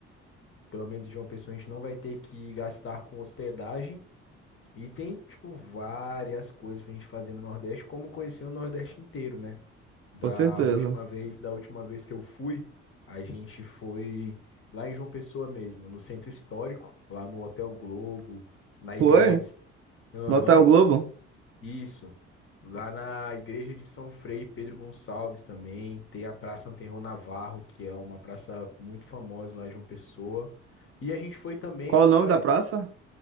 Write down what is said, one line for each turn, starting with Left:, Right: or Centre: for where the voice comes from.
Left: Pelo menos em João Pessoa a gente não vai ter que gastar com hospedagem. E tem, tipo, várias coisas pra gente fazer no Nordeste, como conhecer o Nordeste inteiro, né? Da
Right: com certeza.
Left: última vez, da última vez que eu fui, a gente foi lá em João Pessoa mesmo, no centro histórico, lá no Hotel Globo, na
Right: Foi?
Left: igreja de. Aham.
Right: No Hotel Globo?
Left: Isso. Lá na igreja de São Frei Pedro Gonçalves também tem a Praça Anterro Navarro, que é uma praça muito famosa lá em João Pessoa. E a gente foi também
Right: Qual
Left: nas
Right: o nome
Left: praias
Right: da praça?
Left: do